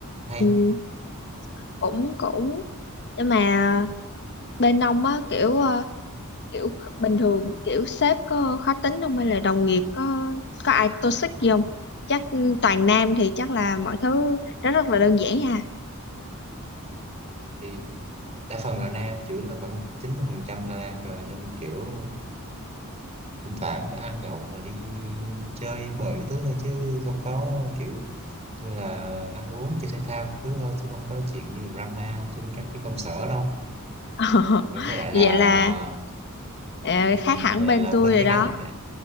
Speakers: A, on the right; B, on the left.
A: hay
B: ừ, cũng cũng nhưng mà bên ông á kiểu ờ, kiểu bình thường kiểu sếp có khó tính không hay là đồng nghiệp có có ai toxic gì không chắc toàn nam thì chắc là mọi thứ nó rất là đơn giản ha
A: thì đa phần là nam chủ yếu là khoảng 90% là nam rồi nên kiểu thỉnh thoảng phải ăn nhậu và đi chơi bời cái thứ thôi chứ không có kiểu như là ăn uống chơi thể thao cái thứ thôi chứ không có chuyện như drama trên các cái công sở đâu
B: <laughs>
A: Rồi với lại
B: vậy
A: là
B: là ờ,
A: ừ,
B: khác hẳn
A: với
B: bên
A: lại là
B: tôi
A: bên
B: rồi
A: cái
B: đó
A: ngành này thì